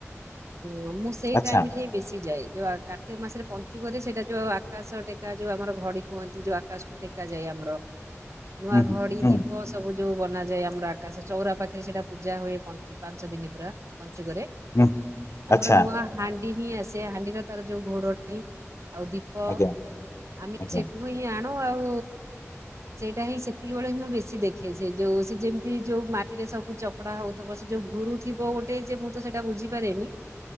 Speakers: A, on the right (about 65°); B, on the left (about 60°).
A: ହୁଁ ମୁଁ ସେଇ
B: ଆଚ୍ଛା
A: ଟାଇମରେ ବେଶି ଯାଏ। ଯଉ କାର୍ତ୍ତିକ ମାସରେ ପଞ୍ଚୁକରେ ସେଇଟା ଯୋଉ ଆକାଶ ଟେକା ଯୋଉ ଆମର ଘଡ଼ି କୁହନ୍ତି ଯୋଉ ଆକାଶକୁ ଟେକା ଯାଏ ଆମର। ନୂଆ
B: ହୁଁ ହୁଁ
A: ଘଡ଼ି
B: ହୁଁ
A: ଦି ହ ସବୁ ଯୋଉ ବନାଯାଏ। ଆମର ଆକାଶ ଚଉରା ପାଖରେ ସେଇଟା ପୂଜା ହୁଏ। ପଞ୍ଚ ପାଞ୍ଚ ଦିନ ପୁରା ପଞ୍ଚୁକରେ।
B: ହୁଁ
A: ଆମର
B: ଆଚ୍ଛା
A: ନୂଆ ହାଣ୍ଡି ହିଁ ଆସେ ହାଣ୍ଡିର ତାର ଯୋଉ ଘୋଡଣି ଆଉ ଦୀ ପ
B: ଆଜ୍ଞା
A: ଆମେ
B: ଆଜ୍ଞା
A: ସେଠୁ ହିଁ ଆଣୁ। ଆଉ ସେଇଟା ହିଁ ସେତିକି ବେଳେ ହିଁ ବେଶୀ ସେ ଦେଖେଇ ସେ ଯୋଉ ସେ ଯେମିତି ଯୋଉ ମାଟିରେ ସବୁ ଚକଡା ହଉଥିବ। ସେ ଯୋଉ ଘୁରୁଥିବ ଗୋ ଟେ ଯେ ମୁଁ ତ ସେଟା ବୁଝିପାରେନି।